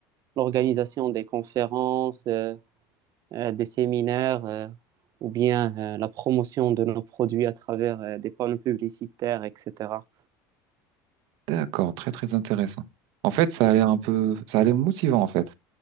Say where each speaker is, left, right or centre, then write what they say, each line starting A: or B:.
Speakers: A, on the right (about 40°); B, on the right (about 65°).
A: l'organisation des conférences, euh, euh, des séminaires, euh, ou bien euh, la promotion de nos produits à travers euh, des panneaux publicitaires, etc.
B: D'accord, très très intéressant. En fait, ça a l'air un peu, ça a l'air motivant en fait.